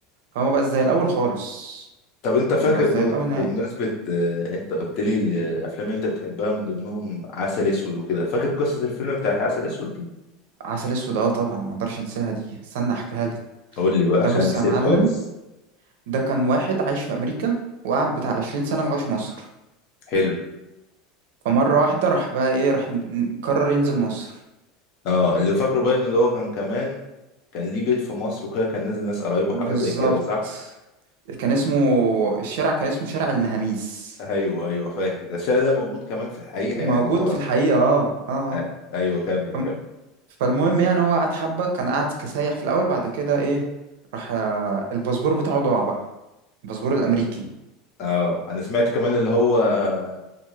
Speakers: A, on the right; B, on the left.
A: هو ما بقى زي الاول خالص
B: طب انت فاكر
A: ما بقاش زي
B: بمن...
A: الاول نهائي
B: بمناسبة آه، انت قلت لي الافلام اللي انت بتحبها من ضمنهم عسل اسود وكده فاكر قصة الفيلم بتاعت عسل اسود دي
A: عسل اسود اه طبعا ما اقدرش انساها دي استنى احكيها لك
B: قول لي بقى
A: ده
B: عشان
A: بص
B: نسيت
A: يا معلم
B: خالص
A: ده كان واحد عايش في امريكا وقعد بتاع 20 سنه ما جاش مصر
B: حلو
A: فمره واحده راح بقى ايه راح ن- ن- قرر ينزل مصر
B: اه اللي فاكره باين اللي هو كان كمان كان ليه بيت في مصر وكده كان نازل ناس قرايبه
A: بالظبط
B: حاجه زي كده صح
A: كان اسمه الشارع كان اسمه شارع المهاميس
B: ايوه ايوه فاكر ده الشارع ده موجود كمان في الحقيقه
A: موجود
B: يعني هو
A: في الحقيقه اه اه آه.
B: آه، ايوه كمل
A: فم-
B: كمل
A: فالمهم يعني هو قعد حبه كان قاعد كسايح في الاول بعد كده ايه راح آه، الباسبور بتاعه ضاع بقى الباسبور الامريكي
B: اه انا سمعت كمان اللي هو آه،